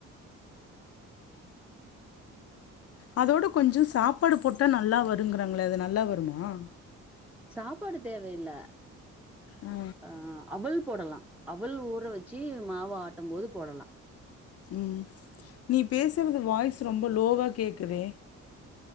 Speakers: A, on the left; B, in the centre.
A: அதோட கொஞ்சம் சாப்பாடு போட்டா நல்லா வருங்குறாங்களே அது நல்லா வருமா
B: சாப்பாடு தேவ இல்ல
A: ஆ
B: ஆஹ அவள் போடலாம் அவள் ஊற வச்சு மாவு ஆட்டும் போது போடலாம்
A: உம் நீ பேசுறது வாய்ஸ் ரொம்ப லோவா கேக்குதே